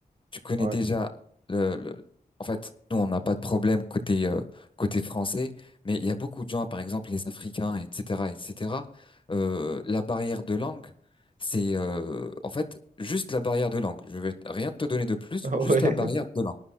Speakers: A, on the left (about 30°); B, on the right (about 55°).
A: tu connais
B: ouais,
A: déjà le, le- En fait, nous, on n'a pas de problème côté euh, côté français, mais il y a beaucoup de gens, par exemple les Africains, etc., etc. euh, la barrière de langue, c'est euh, en fait juste la barrière de langue. Je vais rien te donner de plus,
B: <laughs>
A: juste
B: ouais,
A: la barrière de langue.